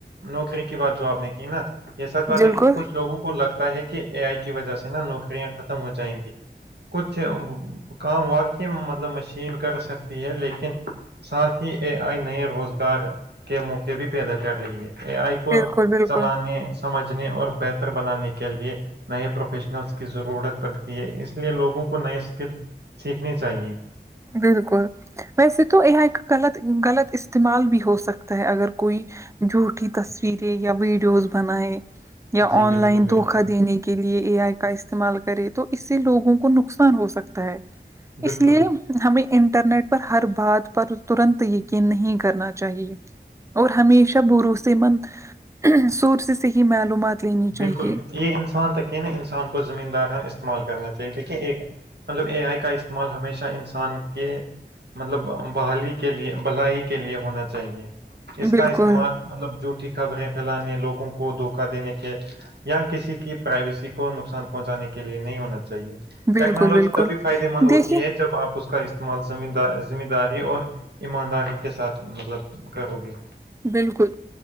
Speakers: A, on the right; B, on the right.
A: نوکری کی بات جو آپ نے کی نا یہ سچ بات
B: بالکل
A: ہے کہ کچھ لوگوں کو لگتا ہے کہ اے آئی کی وجہ سے نا نوکریاں ختم ہو جائیں گی کچھ کام واقعی مطلب مشین کر سکتی ہے لیکن ساتھ ہی اے آئی نئے روزگار ار کے موقع بھی پیدا کر رہی ہے اے آئی کو
B: بالکل بالکل
A: چلانے سمجھنے اور بہتر بنانے کے لیے نئے پروفیشنلس کی ضرورت پڑتی ہے اس لیے لوگوں کو نئے اسکل سیکھنے چاہیے
B: بالکل ویسے تو یہ ایک غلط غلط استعمال بھی ہو سکتا ہے اگر کوئی جھوٹیھی تصویریں یا ویڈیوز بنیں یا
A: جی بالکل
B: آن لائن
A: بالکل
B: دھوکا دینے کی لیے اے آئی کا استعمال کرے تو اس سے لوگوں کو نقصان ہو سکتا ہے
A: بالکل
B: اس لیے ہمیں انٹرنیٹ پر ہر بات پر ترنت یقین نہیں کرنا چاہیے اور ہمیشہ بھروسے مند سور سے سے ہی معلومات لینی
A: بالکل
B: چاہیے
A: یہ انسان ت کہ نا انسان کو زمین داران استعمال کرنا چاہیے دیکھیے ایک مطلب اے آئی کا استعمال ہمیشہ انسان کے مطلب بحالی کے لیے بلائی کے لیے ہونا چاہیے اس
B: بالکل
A: کا استعمال مطلب جھوٹھی خبریں پھیلانے لوگوں کو دھوکا دینے کے یا کسی کی پرائیویسی کو نقصان پہنچانے کے لیے نہیں ہونا چاہیے
B: بالکل
A: ٹیکنالوجی
B: بالکل
A: تبھی فائدے مند ہوتی
B: دیکھیے
A: ہے جب آپ اس کا ر استعمال زم دار ذمہ داری اور ایمانداری کے ساتھ مطلب کرو گے
B: بالکل